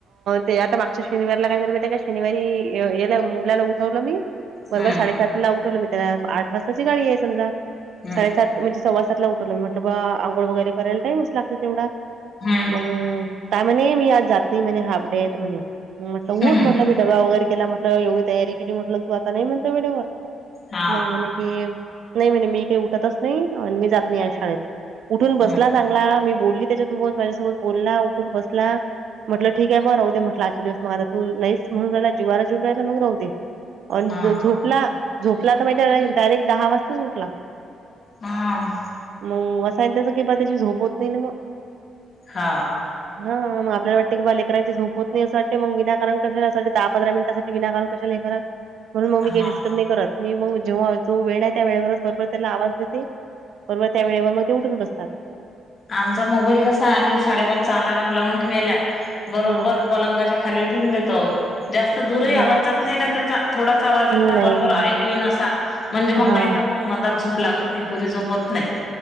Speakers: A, on the right; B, on the left.
A: ते आता मागच्या शनिवारला काय झालं माहिती का, शनिवारी यला मुलाला उठवलं मी. परवा
B: हम्म
A: साडेसात ला उठवलं मी त्याला आठ वाजताची गाडी आहे समजा
B: हम्म
A: साडेसात म्हणजे सव्वा सातला उठवलं म्हटलं बा आंघोळ वगैरे करायला टईमच लागत तेवढा
B: हम्म
A: मग, काय म्हणे मी आज जात नाही म्हणे, हाफ डेे‌ म्हणे, म्हटलं
B: हम्म
A: उठ म्हटलं मी डबा वगैरे केला म्हटलं एवढी तयारी केली म्हटल, तू आता नाही म्हणत. व्हिडीओ वर
B: हा
A: मग म्हणे कि, नाही म्हणे मी काही उठतच नाही. आणि मी जात नाही आज शाळेत उठून बसला
B: हम्म
A: चांगला. मी बोलली त्याच्यासोबत माझ्यासोबत बोलला उठून बसला. म्हटलं ठीक आहे बा राहू दे म्हटलं आजचे दिवस मग आता तू नाहीच म्हणून राहिला जीवारऊन राहिला मग राहू दे. अन
B: हा
A: जो झोपला झोपला तर माहिते डायरेक्ट दहा वाजताच उठला.
B: हम.
A: मग असाय त्याच किं बा त्याची झोप होत नाही ना मग.
B: हा.
A: हा मग आपल्याला वाटते की बा लेकराची झोप होत नाही अस वाटते. मग विनाकारण कशाला अस वाटते दहा पंधरा मिनिटसाठी विनाकारण कशाला हे करा. म्हणून मग
B: हा
A: मी काही डिस्टर्ब नाही करत. मी मग जेव्हा जो वेळ आहे. त्या वेळेवरच बरोबर त्याला आवाज देते. बरोबर त्या वेळेवर मग ते उठून बसतात.
B: आमचा मोबाईल कसा आहे. आम्ही साडेपाच चा अलारम लावून ठेवेला बरोबर
A: हा
B: पलंगाच्या खाली ठेवून देतो. जास्त दूरही
A: हा
B: आवाज जात नाही ना. त्याचा थोडाच आवाज ये
A: नाही
B: ना बरोबर ऐकू येईन असा. म्हणजे मग
A: हा
B: नाही तर मग मलाच झोप लागत नाही. पुरी झोप होत नाही.